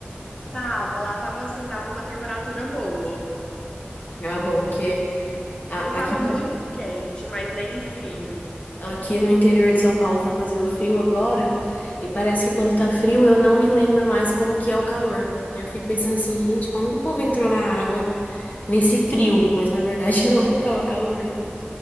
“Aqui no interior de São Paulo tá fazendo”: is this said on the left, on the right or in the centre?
Left